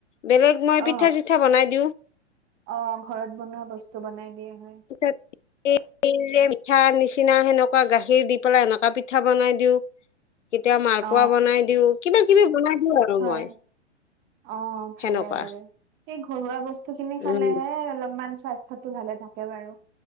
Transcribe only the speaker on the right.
অ
অ ঘৰত বনোৱা বস্তু বনাই দিয়া হয়
অ
হয়
অ ভালে
কৰে এই ঘৰুৱা বস্তু খিনি খালেহে
অলপমান স্বাস্থ্যটো ভালে থাকে বাৰু